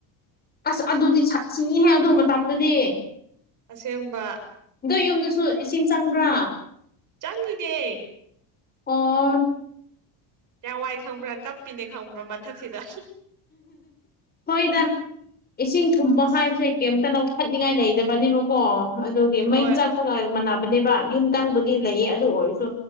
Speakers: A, on the left; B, on the right.
A: ꯑꯁ ꯑꯗꯨꯗꯤꯠ ꯁꯤꯁꯤꯡꯉꯤꯍꯦꯛ ꯑꯗꯨ ꯃꯇꯝꯗꯗꯤ
B: ꯑꯁꯦꯡꯕ
A: ꯑꯗꯣ ꯌꯨꯝꯗꯁꯨ ꯏꯁꯤꯡ ꯆꯪꯕ꯭ꯔꯥ
B: ꯆꯪꯅꯦ
A: ꯑꯣ
B: ꯇꯋꯥꯏ ꯈꯪꯕ꯭ꯔꯥ ꯀꯞꯄꯤꯅꯦ ꯈꯪꯕ꯭ꯔꯥ ꯃꯊꯛꯁꯤꯗ
A: ꯍꯣꯏꯗ ꯏꯁꯤꯡ ꯊꯨꯝꯕ
B: ꯑꯁ
A: ꯍꯥꯏꯕꯁꯦ ꯀꯩꯝꯇ ꯂꯧ ꯄꯥꯈꯠꯅꯤꯡꯉꯥꯏ ꯂꯩꯇꯕꯅꯦꯕꯀꯣ ꯑꯗꯨꯒꯤ ꯃꯩ
B: ꯍꯣꯏ
A: ꯆꯥꯛꯄꯒ ꯃꯥꯟꯅꯕꯅꯦꯕ ꯌꯨꯝ ꯇꯪꯕꯨꯗꯤ ꯂꯩꯌꯦ ꯑꯗꯨ ꯑꯣꯏꯔꯁꯨ